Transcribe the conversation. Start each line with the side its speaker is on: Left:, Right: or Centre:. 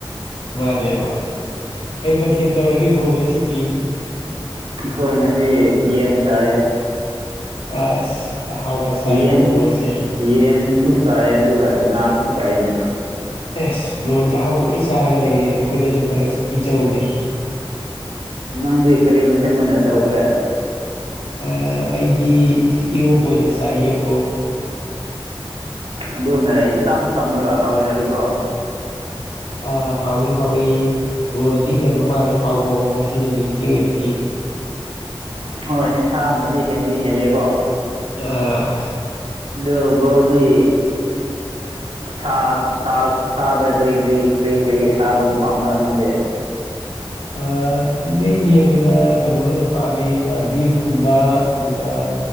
Left: ꯃꯥꯅꯦ ꯃꯥꯅꯦ ꯀꯩ ꯃꯊꯦꯟ ꯇꯧꯔꯒꯦ ꯕ꯭ꯔꯣ ꯉꯁꯤꯗꯤ
Right: ꯏꯈꯣꯏ ꯉꯁꯤ ꯌꯦꯟ ꯆꯥꯌꯦ
Left: ꯑꯁ ꯑꯍꯥꯎꯕ ꯆꯥꯏꯀꯣ
Right: ꯌꯦꯟ
Left: ꯕ꯭ꯔꯣꯁꯦ
Right: ꯌꯦꯟꯁꯨ ꯆꯥꯌꯦ ꯑꯗꯨꯒ ꯉꯥꯁꯨ ꯆꯥꯌꯦꯅꯦ
Left: ꯑꯦꯁ ꯕ꯭ꯔꯣꯗꯤ ꯑꯍꯥꯎꯕ ꯂꯣꯏ ꯆꯥꯔꯒ ꯂꯩꯔꯦꯅꯦ ꯑꯈꯣꯏꯗꯁꯨ ꯈꯔ ꯄꯤꯖꯧꯅꯦ
Right: ꯅꯪꯗꯤ ꯀꯔꯤ ꯃꯊꯦꯜ ꯑꯣꯏꯅ ꯇꯧꯈ꯭ꯔꯦ
Left: ꯑ ꯑꯩꯗꯤ ꯏꯔꯣꯝꯕ ꯑꯣꯏꯅ ꯆꯥꯏꯌꯦ ꯕ꯭ꯔꯣ
Right: ꯑꯗꯨꯅ ꯏꯆꯝ ꯆꯝꯂꯒ ꯍꯥꯎꯋꯦꯅꯦ ꯑꯗꯨꯁꯨ
Left: ꯑ ꯍꯥꯎꯋꯤ ꯍꯥꯎꯋꯤ ꯕ꯭ꯔꯣꯅꯗꯤ ꯍꯦꯟꯕ ꯃꯥꯜꯂꯦ ꯍꯥꯎꯕꯀꯣ ꯉꯁꯤ ꯅꯨꯃꯤꯠꯀꯤ ꯑꯣꯏꯅꯗꯤ
Right: ꯍꯣꯏ ꯁꯥꯅꯗꯤ ꯍꯦꯟꯗꯤ ꯍꯦꯜꯂꯦꯀꯣ
Left: ꯑ
Right: ꯑꯗꯨ ꯐꯗꯨ ꯕ꯭ꯔꯣꯗꯤ ꯁꯥ ꯁꯥ ꯁꯥꯥꯗ ꯀꯔꯤ ꯀ꯭ꯔꯤ ꯀꯔꯤ ꯀꯩ ꯁꯥꯗꯣ ꯄꯥꯝꯕ꯭ꯔꯥ ꯅꯪꯗꯤ
Left: ꯑ ꯃꯦꯟ ꯑꯣꯏꯅ ꯀꯩꯅꯣ ꯑꯣꯏꯅ ꯄꯥꯝꯃꯦ ꯕꯤꯐꯀꯨꯝꯕ ꯑꯗꯨꯒ